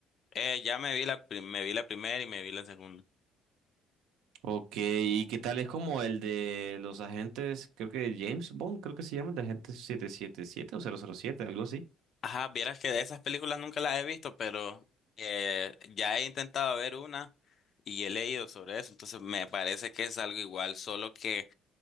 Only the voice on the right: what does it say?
Ok, ¿y qué tal es como el de los agentes, creo que James Bond, creo que se llama el de agente 777 o cero cero siete algo así?